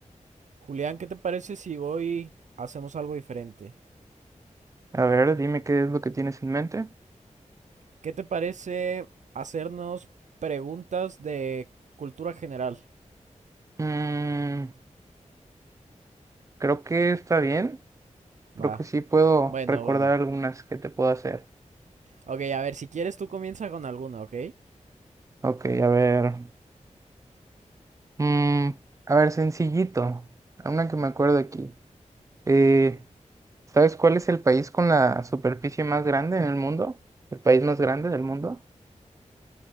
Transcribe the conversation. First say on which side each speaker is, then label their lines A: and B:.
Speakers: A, on the right; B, on the right.
A: Julián, ¿qué te parece si hoy hacemos algo diferente?
B: A ver, dime qué es lo que tienes en mente.
A: ¿Qué te parece hacernos preguntas de cultura general?
B: Mm, creo que está bien,
A: Va.
B: creo que sí puedo
A: Bueno,
B: recordar
A: bueno.
B: algunas que te puedo hacer.
A: Ok, a ver, si quieres tú comienza con alguna, ¿ok?
B: Ok, a ver. Mm, a ver, sencillito, una que me acuerdo aquí. Eh, ¿sabes cuál es el país con la superficie más grande en el mundo? ¿El país más grande del mundo?